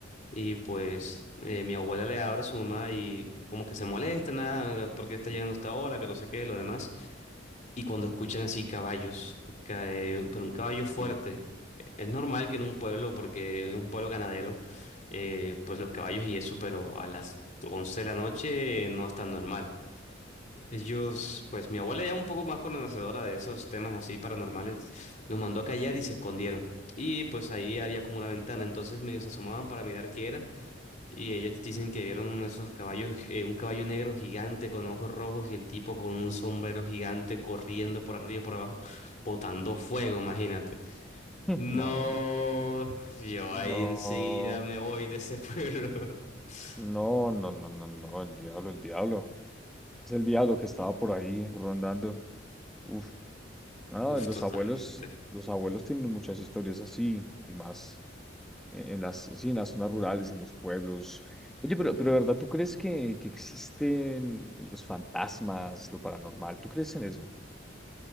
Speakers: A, on the left; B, in the centre.
A: y pues eh, mi abuela le abre a su mamá y como que se molesta, nada, porque está llegando hasta ahora, que no sé qué, lo demás. Y cuando escuchan así caballos, cae- pero un caballo fuerte,
B: Uy,
A: es normal que en un pueblo, porque es un pueblo ganadero, eh, pues los caballos y eso, pero a las 11 de la noche no es tan normal. Ellos, pues mi abuela ya un poco más conocedora de esos temas así paranormales, los mandó a callar y se escondieron. Y pues ahí había como una ventana, entonces medio se asomaban para mirar qué era. Y ellos dicen que vieron esos caballos, eh, un caballo negro gigante con ojos rojos y el tipo con un sombrero gigante corriendo por arriba y por abajo, botando fuego, imagínate.
B: <laughs>
A: No,
B: madre.
A: yo
B: No,
A: ahí enseguida me voy de ese pueblo. <laughs>
B: no, no, no, no, no, el diablo, el diablo. Es el diablo que estaba por ahí rondando. Uf, ah,
A: Uf,
B: los
A: totalmente.
B: abuelos, los abuelos tienen muchas historias así y más en, en las, sí, en las zonas rurales, en los pueblos. Oye, pero, pero de ¿verdad? ¿Tú crees que, que existen los fantasmas, lo paranormal? ¿Tú crees en eso?